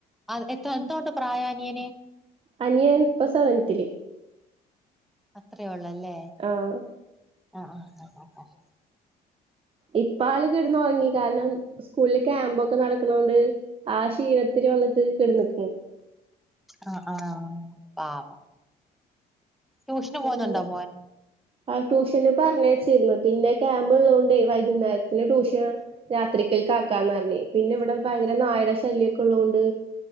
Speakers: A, in the centre; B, on the right (about 35°).
A: അത് എത്ര എന്തൊണ്ട് പ്രായ അനിയന്
B: അനിയൻ ഇപ സെവൻത്തില്.
A: അത്രേ ഉള്ളല്ലേ?
B: ആഹ
A: ആഹ ആഹ് ആഹ്
B: ഇപ്പ ആള് കിടന്ന് ഉറങ്ങി കാരണം സ്കൂള്‌ല് ക്യാമ്പൊക്കെ നടക്ണോണ്ട് ആ ക്ഷീണത്തില് വന്നിട്ട് കെടന്ന്ക്ക്ണ്.
A: ആ ആ പാവം ട്യൂഷന് പോന്നുണ്ടോ
B: അങ്ങനെ
A: മോൻ
B: ആ ട്യൂഷന് പറഞ്ഞയച്ചിരുന്നു പിന്നെ ക്യാമ്പ് ഉള്ളോണ്ടേ വൈകുന്നേരത്തിന് ട്യൂഷ രാത്രിക്കൽക്കാക്കാന്ന് പറഞ്ഞിന്ന് പിന്നെ ഇവിടെ ഭയങ്കര നായടെ ശല്യൊക്കെ ഉള്ളോണ്ട്